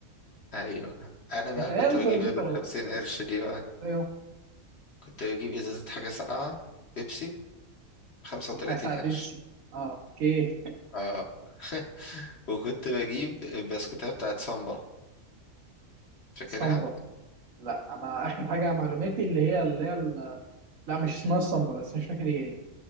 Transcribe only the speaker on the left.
أيوه أنا بقى
كنت
بجيب إيه
بالخمسين
قرش دي بقى
كنت بجيب ازازة حاجة ساقعة بيبسي خمسة وتلاتين
قرش
اه <laughs> وكنت بجيب البسكوتة بتاعت سامبا فاكرها